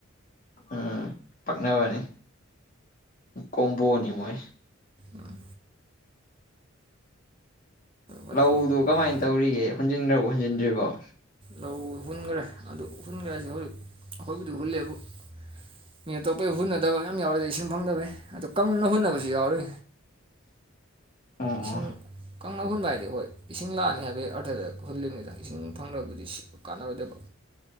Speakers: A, on the left; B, on the right.
A: ꯎꯝ ꯄꯛꯅꯔꯅꯤ ꯀꯣꯝꯕꯣꯅꯤ ꯃꯣꯏ
B: ꯎꯝ ꯋꯥꯏꯈꯨ
A: ꯂꯧꯗꯨ ꯀꯃꯥꯏ
B: ꯈꯔ
A: ꯇꯧꯔꯤꯒꯦ ꯍꯨꯟꯖꯤꯟꯈ꯭ꯔꯕꯣ ꯍꯣꯟꯖꯤꯟꯗ꯭ꯔꯤꯕꯣ
B: ꯂꯧ ꯍꯨꯟꯈ꯭ꯔꯦ ꯑꯗꯨ ꯍꯨꯟꯈ꯭ꯔꯦꯁꯨ ꯍꯧꯖꯤꯛ ꯑꯩꯈꯣꯏꯕꯨꯗꯤ ꯍꯨꯜꯂꯦꯕꯨ ꯃꯤ ꯑꯇꯣꯞꯄꯩ ꯍꯨꯟꯅꯗꯕ ꯌꯥꯝ ꯌꯥꯎꯏꯗ ꯏꯁꯤꯡ ꯐꯪꯗꯕꯩ ꯑꯗꯨ ꯀꯪꯅ ꯍꯨꯟꯅꯕꯁꯨ ꯌꯥꯎꯔꯤ
A: ꯑꯣ
B: ꯏꯁꯤꯡ ꯀꯪꯅ ꯍꯨꯟꯕ ꯍꯥꯏꯗꯤ ꯍꯣꯏ ꯏꯁꯤꯡ ꯂꯥꯛꯑꯅꯤ ꯍꯥꯏꯕꯒꯤ ꯑꯔꯊꯗ ꯍꯨꯜꯂꯤꯕꯅꯤꯗ ꯏꯁꯤꯡ ꯐꯪꯂꯕꯗꯤ ꯁꯤ ꯀꯥꯟꯅꯔꯣꯏꯗꯕ